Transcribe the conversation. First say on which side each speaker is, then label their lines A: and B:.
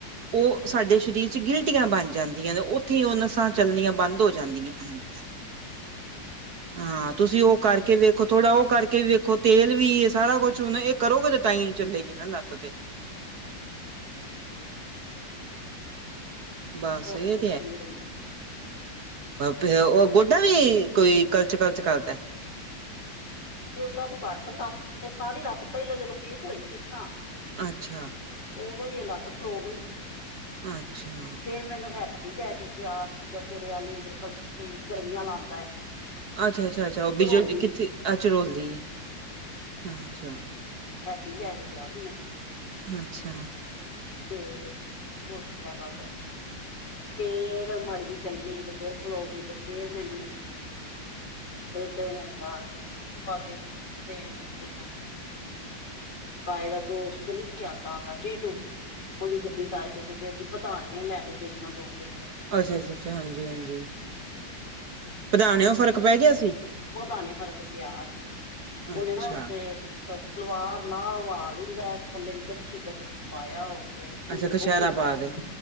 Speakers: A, on the right (about 55°); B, on the left (about 65°).
A: ਉਹ ਸਾਡੇ ਸਰੀਰ
B: ਅੱਛਾ
A: ਚ ਗਿੱਲ ਗਿਲ੍ਹਟਿਆਂ ਆਂ ਬਣ ਜਾਂਦੀਆਂ ਨੇ, ਉੱਥੇ ਹੀ ਉਹ ਨਸਾਂ ਚੱਲਣੀਆਂ ਬੰਦ ਹੋ ਜਾਂਦੀਆਂ ਹੈਗੀਆਂ।
B: ਕੁਛ
A: ਹਾਂ ਤੁਸੀਂ ਉਹ ਕਰਕੇ ਵੇਖੋ, ਥੋੜਾ ਉਹ ਕਰਕੇ ਵੇਖੋ ਤੇਲ ਵੀ ਸਾਰਾ ਕੁਛ, ਹੁਣ ਇਹ ਕਰੋਗੇ ਤੇ ਤਾਂਾਈ ਚੱਲੇਗੀ ਨਾ ਲੱਤ ਤੇ ਬਸ
B: ਤੁਰਨੀ
A: ਇਹ
B: ਆ, ਤੇ ਪੀੜ ਹੁੰਦੀ।
A: ਫੇਰ ਉਹ, ਗੋਡਾ ਵੀ ਕੋਈ ਕਲਚ ਕਲਚ ਕਰਦਾ
B: ਗੋਡਾ ਤੋਂ ਘੱਟ, ਲੱਤ ਇਹ ਸਾਰੀ ਲੱਤ, ਪਹਿਲੋਂ ਜਦੋਂ ਪ੍ਰੀਤ ਹੋਈ ਸੀ ਨਾ
A: ਅੱਛਾ
B: ਉਦੋਂ ਹੀ ਇਹ ਲੱਤ ਖਲੋ ਗਈ ਸੀ।
A: ਅੱਛਾ
B: ਫੇਰ ਮੈਨੂੰ ਹੈਪੀ ਲੈ ਕੇ ਗਯਾ, ਤੇਰੇ ਆਲੀ, ਇਧਰ ਕੋਈ ਗਲਵੀਆਂ ਲਾਉਦਾ ਹੈ
A: ਅੱਛਾ ਅੱਛਾ ਅੱਛਾ ਉਹ
B: ਚਰੋਲੀ
A: ਬੀਜ ਕਿੱਥੇ, ਅੱ ਚਰੋਲੀ ਅੱਛਾ
B: ਹੈਪੀ ਲੈ ਕੇ ਗਿਆ ਸੀ ਮੈਨੂੰ
A: ਅੱਛਾ।
B: ਤੇ ਮੋਟਰਸਾਈਕਲ ਤੇ ਫੇਰ ਮਾੜੀ ਜੀ ਚੱਲੀ, ਤੇ ਫੇਰ ਖਲੋਗੀ, ਤੇ ਫੇਰ ਮੈਨੂੰ <unintelligible> ਪਾਏ ਦਾ ਦੋਸਤ ਨਹੀਂ ਸੀ ਆਉਂਦਾ ਹੋਂਦਾ, ਜੀਟੂ ਉਹਦੀ ਗੱਡੀ ਕਰਕੇ, ਤੇ ਫੇਰ ਦੀ ਪਧਾਨੇ ਲੈ ਕੇ ਗਈ ਤਾਂ ਦੋ ਤਿੰਨ ਵਜੇ
A: ਅੱਛਾ ਅੱਛਾ ਅੱਛਾ ਹਾਂਜੀ ਹਾਂਜੀ ਪਧਾਣਿਓ ਫ਼ਰਕ ਪੈ ਗਿਆ ਸੀ
B: ਓਦਾ ਨਹੀਂ ਫ਼ਰਕ ਪਿਆ ਸੀ, ਉਹਨਾ
A: ਅੱਛਾ
B: ਨੇ ਉੱਤੇ ਸਲਵਾਰ ਲਾਹ ਉ ਲੈਂਦਾ, ਥੱਲੇ ਵੀ ਕੱਛੀ ਕੱਛੀ ਪਾਇਆ ਹੋਵੇ ਉਹਦੀ
A: ਅੱਛਾ ਕਸ਼ਹਿਰਾ
B: ਵੋਟੀ ਕਰਦੀ,
A: ਪਾ ਗਏ